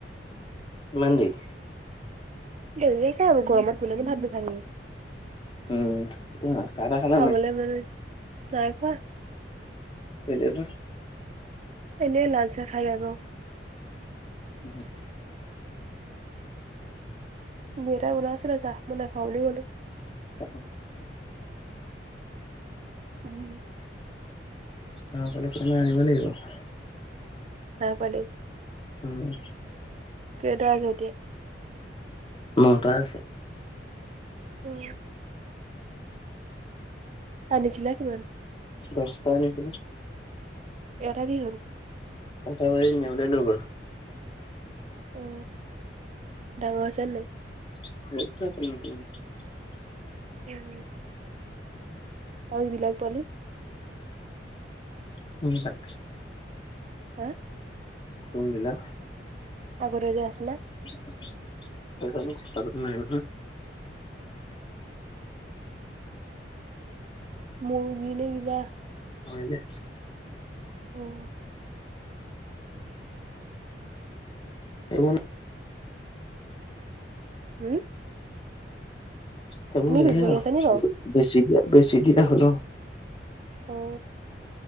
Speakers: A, on the left; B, on the right.
A: কিমান দেৰি?
B: দেৰি আছে আৰু গৰমত কোনেনো ভাত বনাই।
A: উম, তুমি চাহ টাহ খালা
B: খাবলৈ
A: নাই?
B: মন নাই খোৱা।
A: কেলে বা?
B: এনেই লাল চাহ খাই বেয়া পাওঁ।
A: <unintelligible>
B: দেতাই বনাইচিলে চাহ মই নাখাওঁ বুলি কলোঁ।
A: অ
B: উম
A: অ গাওঁ ঘৰলে কেতিয়াবা আনিব লাগিব।
B: <inaudible>
A: উম
B: কেইটা আছে এতিয়া
A: নটা আছে।
B: উম আনিছিলা কিমান?
A: দস্তা আনিছিলোঁ
B: এটা কি হল?
A: <unintelligible>
B: অ ডাঙৰ হৈছে নাই?
A: <unintelligible>
B: উম অ এইবিলাক পোৱালি
A: সিবিলাক
B: হা
A: কোন বিলাক
B: আগতে যে আছিলে
A: <unintelligible>
B: <unintelligible>
A: হয়নে
B: উম
A: এইবোৰ
B: হুম
A: হ'ব
B: তুমি খোজকাঢ়ি
A: এইয়া
B: আছা নি বাৰু
A: বেছি দিয়া বেছি দিয়া হল
B: অ